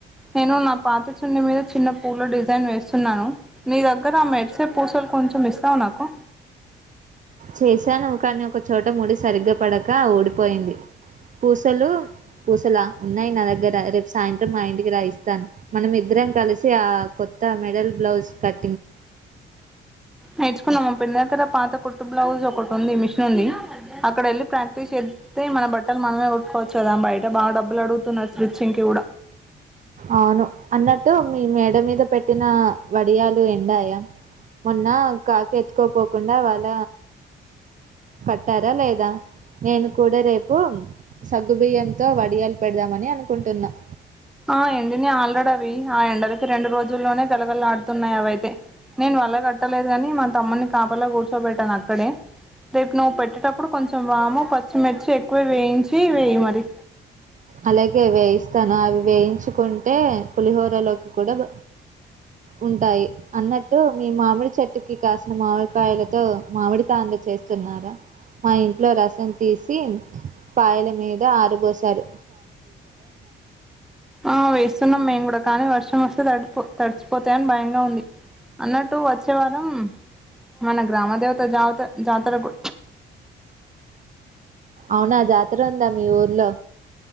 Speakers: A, in the centre; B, on the right (about 40°).
A: నేను నా పాత చున్ని మీద చిన్న పూల డిజైన్ వేస్తున్నాను మీ దగ్గర మోడ్స్ పూసలు కొంచం ఇస్తావనాకు
B: చేశాను కానీ ఒక చోట ముడి సరిగ్గా పడక ఓడిపోయింది పూసలు పూసలా ఉన్నాయి నా దగ్గర రేపు సాయంత్రం మా ఇంటికి రాయిస్తాను మనం ఇద్దరం కలిసి ఆ కొత్త మెడల్ బ్లౌజ్ కట్
A: నేర్చుకున్నా మాపిన్న ఏకడ పాత కుట్టు బ్లౌజ్ ఒకటి ఉంది మిషన్ ఉంది అక్కడ వెళ్ళి ప్రాక్టీస్ చేస్తే మన బట్టలు మనమే కొట్టుకోవచ్చు కదా బయట బాగా డబ్బులు అడుగుతున్నారు స్విచ్చింగ్ కి కూడా
B: అవును అన్నట్టు మీ మేడ మీద పెట్టిన వడియాలు ఎండయా మొన్న కాకెత్కోపోకుండా వాళ్ళ కట్టార లేద ద నేను కూడా రేపు బో సగ్గుబియ్యంతో వడియాలు పెడదామని అనుకుంటున్నాం
A: ఆ ఎండిని ఆల్రెడ అవి ఆ ఎండలకి రెండు రోజుల్లోనే గలగళ ఆడుతున్నాయి అవయితే నేను వల్ల కట్టలేదు గాని మా తమ్ముని కాపలా కూర్చోబెట్టాను అక్కడే రేపు నువ్వు పెట్టేటప్పుడు కొంచెం వాాము పచ్చిమిర్చి ఎక్కువే వేయించి వేయి మరి
B: అలగే వేయిస్తాను అవి వేయి ఉంచుకొం తీ పులిహోరలోకి గొడవ ఉంటాయి అన్నట్టు మీ మామిడి చెట్టుకి కాసిన మామిడికాయలతో మామిడి తాండ చేస్త స్తున్నారా మా ఇంట్లో రసం తీసి పాయల మీద ఆరపోసారు
A: ఆ వేస్తున్నాం మేము కూడా కానీ వర్ష్ షం వస్తే తడిపో తడిచిపోతాయని భయంగా ఉంది అన్నట్టు వచ్చే వారం మన గ్రామ దేవత జాత జాతర గు
B: అవునా జాతర ఉందా మీ ఊర్లో